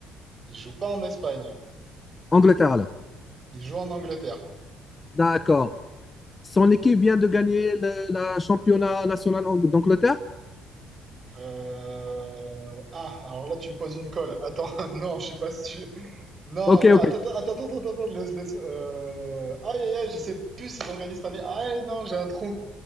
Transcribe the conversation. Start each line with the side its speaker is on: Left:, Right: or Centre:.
Right: Il joue pas en Espagne.
Left: Angleterre alors.
Right: Il joue en Angleterre.
Left: D'accord. Son équipe vient de gagner le, la championnat national en- d'Angleterre?
Right: Euh, Ah, alors là, tu me poses une colle. Attends, <laughs> non, je suis pas sûr. Non,
Left: Ok,
Right: non, attends,
Left: ok.
Right: attends, attends, attends, attends, laisse, laisse. Euh... Aïe, aïe, aïe, je sais plus s'ils ont gagné cette année. Aïe, non, j'ai un trou.